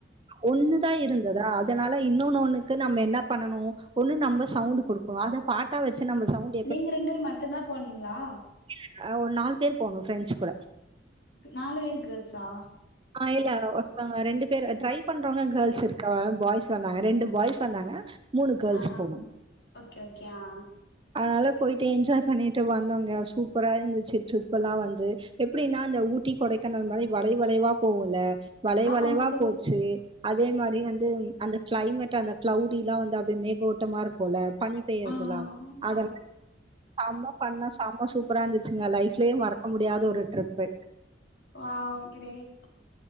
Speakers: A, on the right; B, on the left.
A: ஒன்னுதா இருந்ததா அதனால இன்னொன்னு ஒன்னுக்கு நம்ம என்ன பண்ணனு ஒன்னு நம்ம சவுண்ட் கொடுக் அத பாட்டா வச்சு நம்ம சவுண்ட்
B: நீங்க ரெண்டு வேர் மட்டுந்தா போனீங்ளா
A: இல்ல ஒரு நால் பேர் போணு ஃப்ரெண்ட்ஸ் கூட
B: நாலு வேரு கேர்ள்ஸா
A: ஆ இல்ல ஒருந்தவங்க ரெண்டு பேர் ட்ரை பண்றவங்க கேள்ஸ் இருக்காங்க பாய்ஸ் வந்தாங்க ரெண்டு பாய்ஸ் வந்தாங்க மூனு கேர்ள்ஸ்
B: ஆ
A: போணோ
B: ஓகே ஓகே ஆ
A: அதனால போயிட்டு என்ஜாய் பண்ணிட்டு வந்தோங்க சூப்பரா இருந்துச்சு ட்ரிப் எல்லா வந்து எப்படின்னா இந்த ஊட்டி கொடைக்கானல் மாரி வளை வளைவா போகுல்ல வளை
B: ஆமாமா
A: வளைவா
B: தெரியு
A: போச்சு
B: தெரியு
A: அதே மாரி வந்து அந்த கிளைமேட் அந்த கிளவுடிலா வந்து அப்டி மேலோட்டமா இருக்குல்ல பனி பெய்றது
B: ஆ
A: எல்லா அத
B: ஆ
A: செம ஃபன்னா செம சூப்பரா இருந்துச்சுங்க லைஃப்லே மறக்க முடியாத ஒரு ட்ரிப்பு
B: ஆ கிரேட்